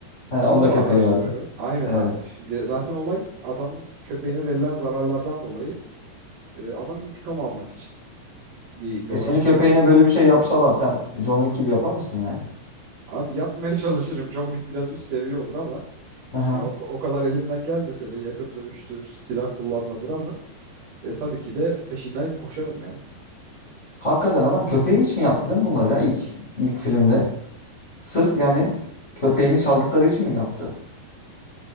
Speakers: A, on the left; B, on the right.
A: He, onda
B: Onunla bağdaştırıyorum.
A: köpeği vardı.
B: Aynen
A: Evet.
B: abi. Şimdi zaten olay adamın köpeğine verilen zararlardan dolayı e, adam intikam almak için bir yola
A: E senin
B: çıkıyor
A: köpeğine
B: aslında.
A: böyle bir şey yapsalar sen John Wick gibi yapar mısın yani?
B: Abi yapmaya <laughs> çalışırım. John Wick biraz üst seviye olur ama
A: Aha.
B: ya o, o kadar elimden gelmese de yakın dövüştür, silah kullanmadır ama e, tabii ki de peşinden koşarım ya.
A: Hakikaten adam köpeği için yaptı değil mi bunları ya ilk ilk filmde? Sırf yani köpeğini çaldıkları için mi yaptı?